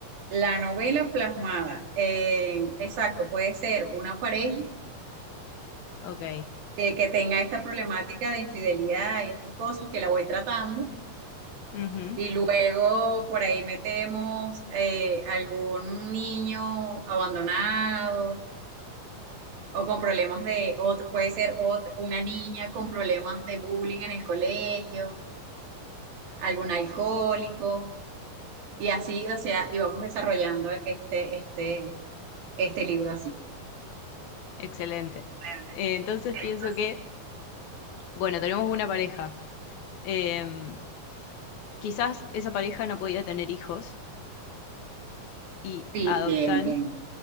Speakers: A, on the right (about 80°); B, on the left (about 80°).
A: la novela plasmada en, exacto, puede ser una pareja
B: ok.
A: que, que tenga esta problemática de infidelidad y estas cosas que la voy tratando,
B: ujú.
A: y luego por ahí metemos eh, algún niño abandonado o con problemas de otro, puede ser otra, una niña con problemas de bullying en el colegio, algún alcohólico, y así, o sea, y vamos desarrollando este, este, este libro así.
B: Excelente.
A: Excelente.
B: Eh, entonces
A: Entonces,
B: pienso que, bueno, tenemos una pareja. Em, quizás esa pareja no podía tener hijos y
A: Sí,
B: adoptan
A: bien, bien.